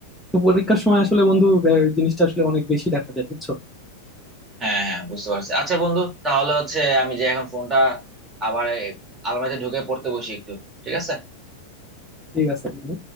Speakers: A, in the centre; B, on the right (about 20°).
A: তো পরীক্ষার সময় আসলে বন্ধু আহ, এই জিনিসটা আসলে অনেক বেশি দেখা যায় বুঝছো
B: হ্যাঁ হ্যাঁ বুঝতে পারছি আচ্ছা বন্ধু তাহলে হচ্ছে আমি যে এখন ফোনটা আবার এই আলমারিতে ঢুকে পড়তে বসি একটু ঠিক আছে
A: ঠিক আছে বন্ধু